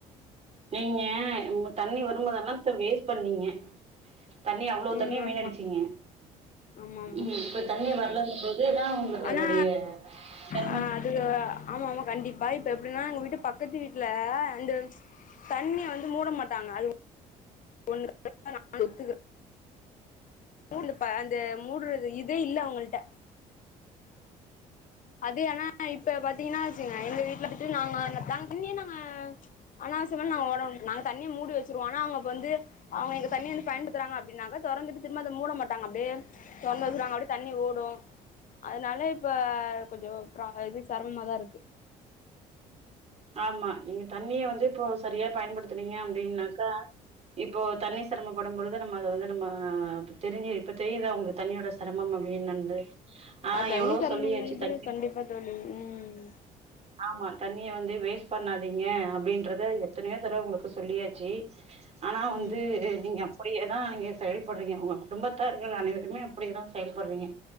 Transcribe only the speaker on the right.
நீங்க இங்க தண்ணி வரும்போதெல்லா போ வேஸ்ட் பண்ணீங்க தண்ணிய அவ்ளோ
தண்ணிய வீண்ணடிச்சீங்க
ம் இப்ப தண்ணி வரலன்னு போது தா உங்களுக்கு
அதோடைய செரமம்
ஆமா நீங்க தண்ணிய வந்து இப்போ சரியா பயன்படுத்தனீங்க அப்டின்னாக்கா இப்போ தண்ணி சிரமப்படும் பொழுது நம்ம அத வந்து நம்ம தெரிஞ்சி இப்ப தெரியுத உங்க தண்ணியோட சிரமம் அப்டின் வந்து ஆ
எவ்ளோ
சொல்லியாச்சு
தண்ணி
ஆமா தண்ணியை வந்து வேஸ்ட் பண்ணாதீங்க அப்படின்றத எத்தனயோ தடவ உங்களுக்கு சொல்லியாச்சு ஆனா
வந்து நீங்க அப்டியே தான் நீங்க செயல்படுறீங்க உங்க குடும்பத்தார்கள் அனைவருமே அப்டியே தா செயல்பட்றீங்க